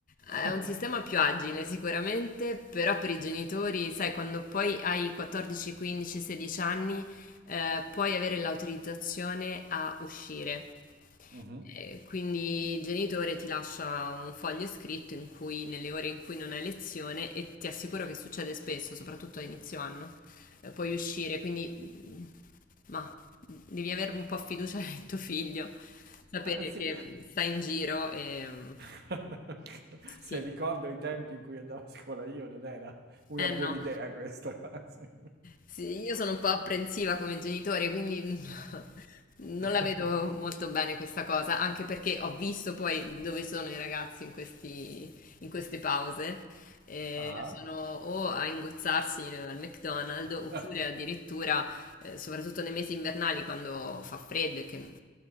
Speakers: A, on the left; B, on the right.
A: È
B: eh.
A: un sistema più agile sicuramente, però per i genitori, sai, quando poi hai 14, 15, 16 anni, eh, puoi avere l'autorizzazione a uscire.
B: <laughs> Mhm.
A: E quindi il genitore ti lascia un foglio scritto in cui, nelle ore in cui non hai lezione, e ti assicuro che succede spesso, soprattutto a inizio anno, eh, puoi uscire, quindi mm, ma devi avere un po' fiducia <laughs> in tuo figlio, sapere
B: <laughs>
A: che
B: Sì.
A: mm, sta in giro e mm,
B: <laughs>
A: sì,
B: Se ricordo i tempi in cui andavo a scuola io, non era una
A: Eh
B: buona
A: no.
B: idea questa. <laughs> Sì.
A: Sì, io sono un po' apprensiva come genitore, quindi <laughs> non
B: <laughs>
A: la vedo molto bene questa cosa, anche perché ho visto poi dove sono i ragazzi in questi- in queste pause. eh,
B: Ah.
A: sono o a ingozzarsi al McDonald's
B: <laughs>
A: oppure addirittura, eh, soprattutto nei mesi invernali quando fa freddo e che non